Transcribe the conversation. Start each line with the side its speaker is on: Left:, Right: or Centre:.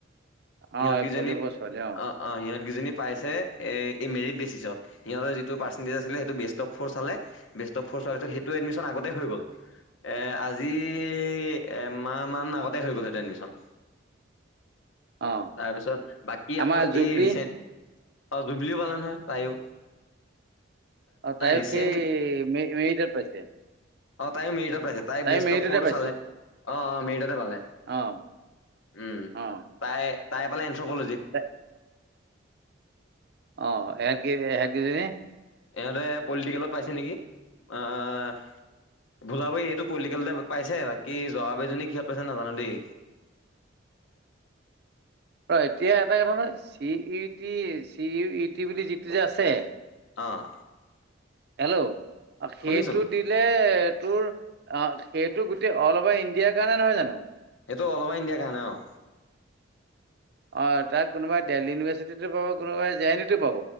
Left: সিহঁতকেইজনী
Right: অ প্ৰদীপ ছোৱালী
Left: অ', অ', সিহঁতকেইজনী। পাইছে এই এই মেৰিট বেচিচত। সিহঁতৰ যিটো পাৰ্চেন্টেজ আছিলে সেইটো বেষ্ট অফ ফৰ চালে বেষ্ট অফ ফ'ৰ চোৱাৰ পিছত সেই ত এডমিশন আগতে হৈ গ'ল এ আজি এমাহ মান আগতে হৈ গ'ল সেহেতৰ এডমিচন।
Right: অ
Left: তাৰপিছত বাকী
Right: আমাৰ
Left: আকৌ
Right: জুবলি
Left: এই ৰিচেণ্ট <unintelligible> পালে নহয় তায়ো
Right: অ', তাইক
Left: ৰিচেণ্টলি
Right: সেই মেৰিটত পাইছে।
Left: অ', তায়ো মেৰিটত পাইছে তাই বেষ্ট
Right: মেৰিটতে
Left: অফ ফৰটো
Right: পাইছে
Left: চালে অ', অ', মেৰিটতে পালে
Right: অ
Left: তাই
Right: অ
Left: তাই পালে এন্থ্ৰ'প'লজিত
Right: <unintelligible> অহ সেহতকেজনী, সেহেতকেইজনী।
Left: ইহঁতে পলিটিকেলত পাইছে নেকি আহ ভোলাবি এইটো পলিটিকেলত পাইছে বাকী জোৱা কেইজনী কিহত পাইছে নাজানো দেই।
Right: ৰ এতিয়া এটা কথা নয় C U T C U E T বুলি যিটো যে আছে
Left: অহ।
Right: হেল্ল' সেইটো
Left: শুনিছোঁ
Right: দিন দে তোৰ অ', সেইটো গোটেই অল অভাৰ ইণ্ডিয়াৰ কাৰণে নহয় জানো?
Left: সেইটো অল অভাৰ ইণ্ডিয়াৰ কাৰণে অ'।
Right: অ', তাত কোনোবাই দেল্হী ইউনিভাৰ্চিটিতো পাব কোনোবাই জে আন উটো পাব